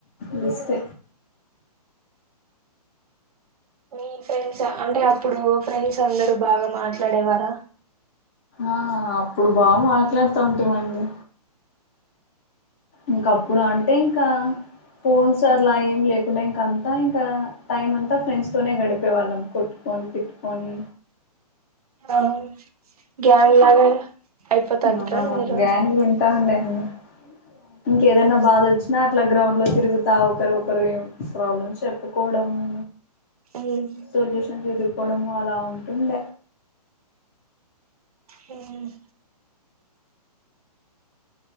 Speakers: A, on the left (about 20°); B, on the right (about 65°).
A: లిస్ట్
B: మీ ఫ్రెండ్స్ అంటే అప్పుడు ఫ్రెండ్స్ అందరు బాగా మాట్లాడేవారా
A: ఆ అప్పుడు బా మాట్లాడుతా ఉంటీవండి ఇంకా అప్పుడు అంటే ఇంకా ఫోన్స్ అర్లా ఏం లేకుండా ఇంక అంతా ఇంకా టైమ్ అంతా ఫ్రెండ్స్ తోనే గడిపే వాళ్ళం కొట్టుకొని, తిట్టుకొని,
B: ఆ గ్యాంగ్ లాగా అయిపోతంటారా
A: మన
B: మీరు
A: గ్యాంగ్ ఉంటా <unintelligible> ఇంకేదనా బాధ వచ్చినా అట్లా గ్రౌండ్ లో తిరుగుతా ఒకరు ఒకరు ప్రాబ్లమ్ చెప్పుకోవడము.
B: ఉమ్
A: సొల్యూషన్ చూడు కోడము అలా ఉంటుంద
B: మ్మ్